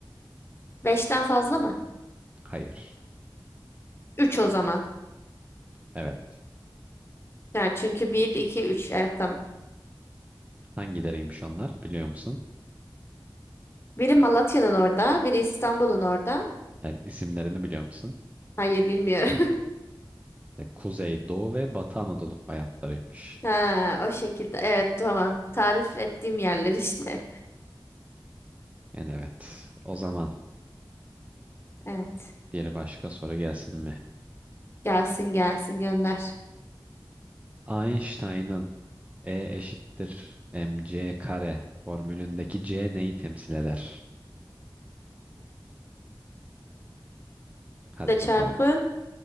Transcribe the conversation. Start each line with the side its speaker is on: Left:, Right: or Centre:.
Left: Beşten fazla mı?
Right: Hayır.
Left: 3 o zaman.
Right: Evet.
Left: Yani çünkü bir 2 üç Evet tamam.
Right: Hangileriymiş onlar biliyor musun?
Left: Biri Malatya'nın orada, biri İstanbul'un orada.
Right: Yani isimlerini biliyor musun?
Left: Hayır bilmiyorum. <laughs>
Right: E, Kuzey, Doğu ve Batı Anadolu fay hatlarıymış.
Left: Ha, o şekilde. Evet, tamam. Tarif ettiğim yerler işte.
Right: Yani evet. O zaman
Left: <laughs> Evet.
Right: bir başka soru gelsin mi?
Left: Gelsin gelsin gönder.
Right: Einstein'ın E eşittir mc kare formülündeki C neyi temsil eder? Hadi
Left: Kütle çarpı
Right: bakalım.